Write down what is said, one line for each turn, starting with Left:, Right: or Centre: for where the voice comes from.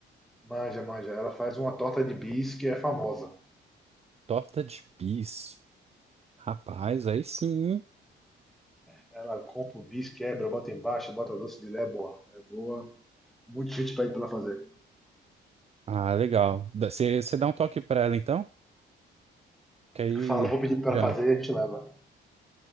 Centre: manja, manja. Ela faz uma torta de bis que é famosa.
Right: Torta de bis. Rapaz, aí sim. hein?
Centre: Cara, compra o bis, quebra, bota embaixo, bota doce de lé, é boa. É boa. Muita gente pede pra ela fazer.
Right: Ah, legal. Dá- Você você dá um toque pra ela então? Que aí
Centre: Fala, vou pedir pra
Right: já
Centre: ela fazer e a gente leva.